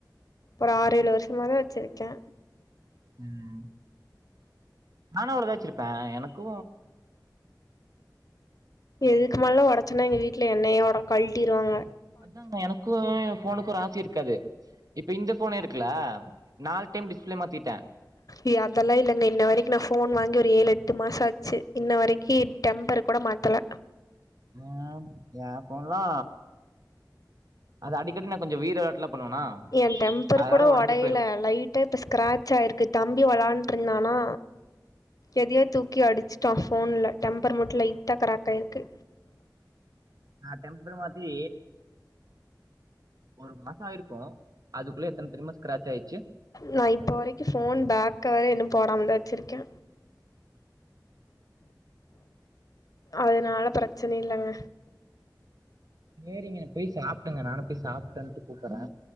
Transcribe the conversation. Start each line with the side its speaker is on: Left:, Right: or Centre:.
Left: ஒரு ஆறு ஏழு வருஷமா தா வச்சிருக்கே
Right: ம் நானு அவ்ளோதா வச்சிருப்பே எனக்கு
Left: இதுக்கு மேல்ல ஒடச்சன்னா எங்க வீட்ல என்னயோட கழ்ட்டிருவாங்க
Right: அதாங்க எனக்கு ஏ போனுக்கு ராசி இருக்காது இப்போ இந்த ஃபோனுருக்குல நாலு டைம் டிஸ்பிளே மாத்திட்டே
Left: ஏ அதெல்லா இல்லங்க இன்ன வரைக்கி நா ஃபோன் வாங்கி ஒரு ஏழு எட்டு மாசோ ஆச்சு இன்ன வரைக்கி டெம்பரு கூட மாத்தல
Right: ஆ ஏ ஃபோன்லா அது அடிக்கடி நா கொஞ்ச வீரவெளாட்லா பண்ணுவனா
Left: ஏ டெம்பர்
Right: அதனால
Left: கூட
Right: ஒடஞ்சு
Left: ஒடையல
Right: போயிரு
Left: லைட் டா இப்ப ஸ்கிராச்ணாயிருக்கு தம்பி வளாண்ட்ருந்தானா எதயோ தூக்கி அடிச்சு டா ஃபோன்ல டெம்பர் மட்டு லட்டா க்ராக்காய்ருக்கு
Right: நா டெம்பர் மாத்தீ ஒரு மாசோ ஆயிருக்கு அதுக்குள்ள எத்தன தெரிமா ஸ்கிராச்சாயிடுச்சு
Left: நா இப்போ வரைக்கு போன் பேக் கவற இன்னு போடாமதா வச்சிருக்கே அதனால பிரச்சன இல்லங்க
Right: சேரிங்க போய் சாப்ட்டுங்க நானு போய் சாப்ட்டு வந்துட்டு கூப்புறே